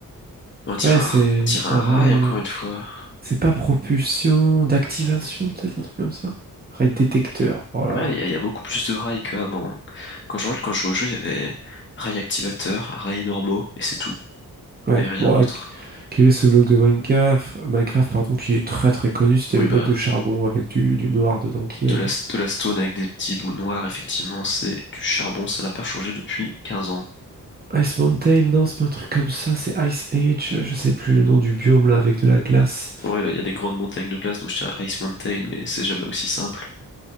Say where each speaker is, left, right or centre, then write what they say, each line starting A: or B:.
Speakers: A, on the left; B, on the right.
A: On dirait
B: Ouais,
A: un,
B: c'est
A: ra- on dirait un
B: un
A: rail
B: rail...
A: encore
B: euh,
A: une fois.
B: C'est pas propulsion, d'activation, peut-être, un truc comme ça? Rail détecteur. Oh là
A: Ouais,
B: là.
A: il y, a il y a beaucoup plus de rails qu'avant. Quand je quand je jouais au jeu, il y avait rails activateurs, rails normaux, et c'est tout.
B: Ouais.
A: Il y avait rien
B: Bon,
A: d'autre.
B: là, quel est ce bloc de Minecraft, Minecraft, pardon, qui est très très connu, c'était
A: Oui,
B: le
A: bah.
B: bloc de charbon avec du, du noir dedans qui
A: De
B: aide.
A: la, de la stone avec des petits bouts noirs, effectivement, c'est du charbon, ça n'a pas changé depuis 15 ans.
B: Ice Mountain, non, c'est pas un truc comme ça, c'est Ice Age, je sais plus le nom du biome là avec de la glace.
A: Ouais, bah, il y a des grandes montagnes de glace, donc je dirais Ice Mountain, mais c'est jamais aussi simple.